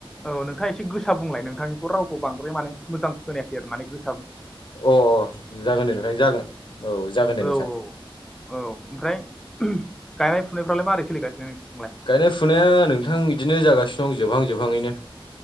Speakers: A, in the centre; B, on the left.
A: ओ नोंथाङा एसे गोसा बुंलाय नोंथांनिखौ रावखौ बांद्राय माने मोजां खोनायाखै आरो माने गोस
B: अ अ जागोन दे नोंथां जागोन औ जागोन दे
A: औ
B: नोंथां
A: औ ओमफ्राय गायनाय फुनायफ्रालाय मारै सोलिगासिनो नोंसोरनिथिंलाय
B: गायनाय फुनाया नोंथां बिदिनो जागासिनो दं जोबहां जोबहाङैनो